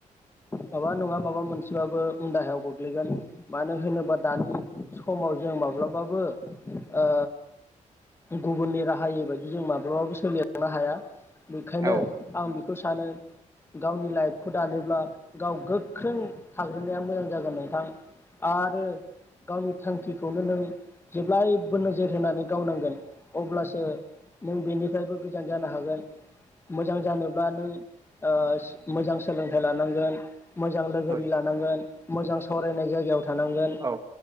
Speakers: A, on the left (about 20°); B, on the right (about 25°).
A: माबा नङा माबा मोनसेबाबो उन दाहायाव गोग्लैगोन मानो होनोबा दानि समाव जों माब्लाबाबो ओ गुबुननि राहायै बायदि जों माब्लाबाबो सोलिलांनो हाया नोंखायनो
B: औ औ
A: बेखौ सानो गावनि लाइफखौ दानोब्ला गाव गोख्रों थाग्रोनाया मोजां जागोन नोंथां आरो गावनि थांखिखौनो नों जेब्लायबो नोजोर होनानै गावनांगोन अब्लासो नों बेनिफ्रायबो गोजान जानो हागोन मोजां जानोब्ला नों ओ मोजां सोलोंथाइ लानांगोन मोजां लोगोरि
B: नोंथां
A: लानांगोन मोजां सावरायनाय जायगायाव थानांगोन
B: औ